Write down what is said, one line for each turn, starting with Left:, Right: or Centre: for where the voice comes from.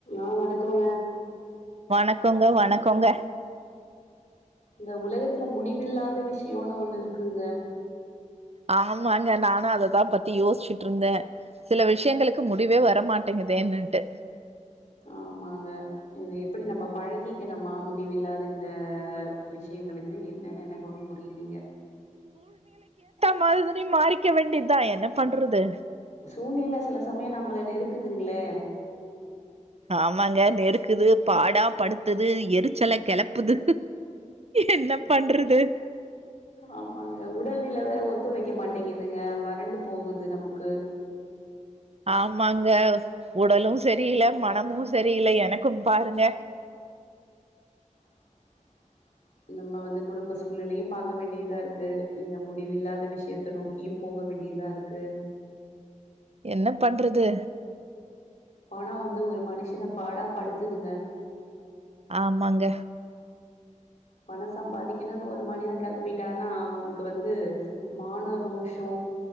Left: ஆ வணக்கோங்க
Right: வணக்கொங்கு வணக்கொங்க
Left: இந்த உலகத்ல முடிவில்லாத விஷ்யொனு ஒன்னு இருக்குங்க
Right: ஆமாங்க நானும் அததா பத்தி யோஸ்ச்சுட்ருந்தே சில விஷ்யங்களுக்கு முடிவே வரமாட்டங்கிது ஏன்னன்டு
Left: ஆமாங்க இது எப்புடி நம்ம பழகீகெனுமா முடிவில்லாத இந்த விஷியங்களு என்னேன் எனக் ஒன்னு புரிய்லீங்க
Right: மைதுனி மாறிக்க வேண்டிதா என்ன பண்றுது
Left: சூனில செல சமய நம்புல நெருக்குதுங்ளே
Right: ஆமாங்க நெருக்குது பாடா படுத்துது எருச்சல கெலப்புது என்ன பண்றுது
Left: ஆமாங்க உடல்நில வேற ஒத்துழைக்க மாட்டேங்கிதுங்க வறண்டு போவுது நமுக்கு
Right: ஆமாங்க ஒடலு செரியில மனமு செரியில எனக்கும் பாருங்க
Left: <inaudible> நம்ம வந்து குடும்ப சூல்நெலையு பாக்க வேண்டியதாருக்கு இந்த முடிவில்லாத விஷ்யத்த நோக்கியும் போக வேண்டியதாருக்கு
Right: என்ன பண்றுது
Left: பண வந்து ஒரு மனுஷ்ஷன பாடா படுத்துதுங்க
Right: ஆமாங்க
Left: பணம் சம்பாதிக்கணுன்னு ஒரு மனித கெலம்பிட்டானா அவனுக்கு வந்து மான ரோஷோ